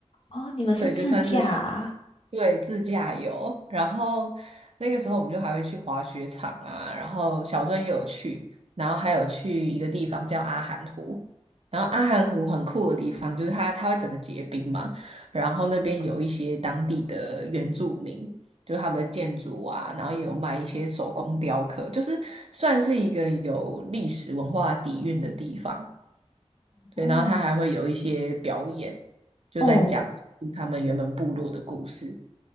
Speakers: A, on the left (about 55°); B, on the right (about 65°).
A: 哦，你们是自驾啊？
B: 对，就算是对，自驾游。然后那个时候我们就还会去滑雪场啊，然后小镇也有去，然后还有去一个地方叫阿寒湖。然后阿寒湖很酷的地方就是它它会整个结冰嘛，然后那边有一些当地的原住民，就是他们的建筑啊，然后也有卖一些手工雕刻，就是算是一个有历史文化底蕴的地方。对，
A: 哦，
B: 然后他还会有一些表演，就在讲述他们原本部落的故事，
A: 哦，